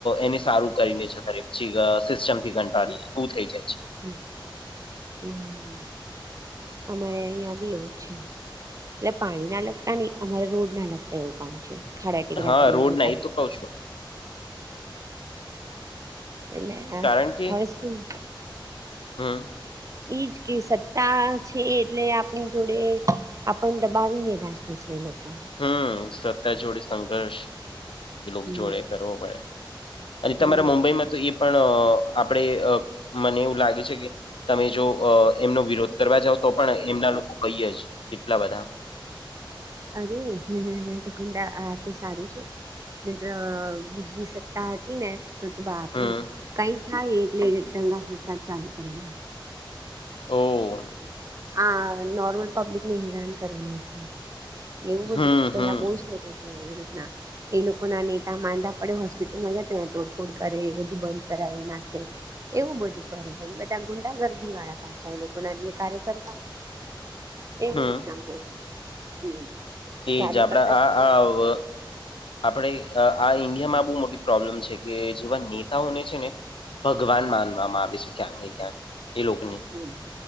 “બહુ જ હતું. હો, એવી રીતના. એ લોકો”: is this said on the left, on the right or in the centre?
Right